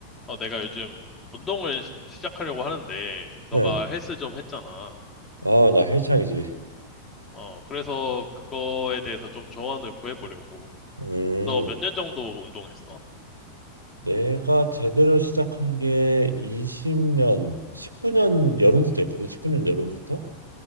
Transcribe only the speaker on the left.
어, 내가 요즘 운동을 시- 시작하려고 하는데, 너가
헬스 좀 했잖아.
어, 그래서 그거에 대해서 좀 조언을 구해보려고.
너 몇 년 정도 운동했어?